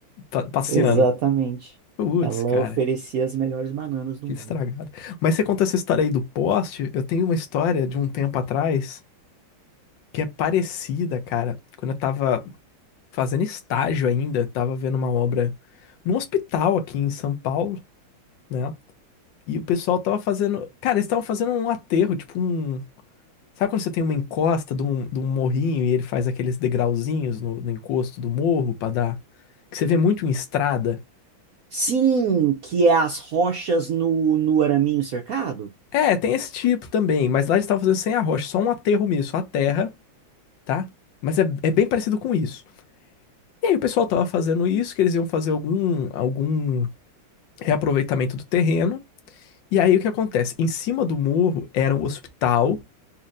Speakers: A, on the left (about 70°); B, on the right (about 80°).
A: pa- passeando.
B: exatamente.
A: Putz,
B: Ela
A: cara,
B: oferecia as melhores bananas do
A: Que
B: mundo.
A: estragado. Mas você conta essa história aí do poste, eu tenho uma história de um tempo atrás que é parecida, cara. Quando eu tava fazendo estágio ainda, eu tava vendo uma obra num hospital aqui em São Paulo, né? E o pessoal tava fazendo. Cara, eles estavam fazendo um aterro, tipo um. Sabe quando você tem uma encosta de um, de um morrinho e ele faz aqueles degrauzinhos no, no encosto do morro pra dar. Que você vê muito em estrada?
B: Sim, que é as rochas no, no araminho cercado?
A: É, tem esse tipo também, mas lá eles estavam fazendo sem arrocha, só um aterro mesmo, só a terra. tá? Mas é, é bem parecido com isso. E aí o pessoal tava fazendo isso, que eles iam fazer algum, algum reaproveitamento do terreno. E aí o que acontece? Em cima do morro era um hospital